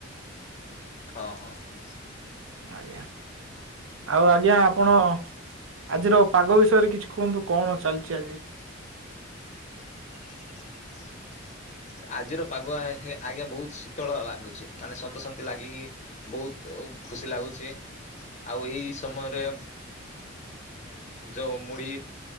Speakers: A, on the left (about 35°); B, on the right (about 80°).
A: ହଁ ହଁ ହଁ।
B: ଆଜ୍ଞା ଆଉ ଆଜ୍ଞା ଆପଣ ଆଜିର ପାଗ ବିଷୟରେ କିଛି କୁହନ୍ତୁ କଣ ଚାଲିଛି ଆଜି।
A: <unintelligible> ଆଜିର ପାଗୁଆ ଆଜ୍ଞା ବହୁତ ଶୀତଳ ଲାଗୁଛି ମାନେ ସନ୍ତ ଶନ୍ତୀ ଲାଗିକି। ବହୁତ ଖୁସି ଲାଗୁଛି ଆଉ ଏଇ ସମୟରେ ଯଉ ମୁଢି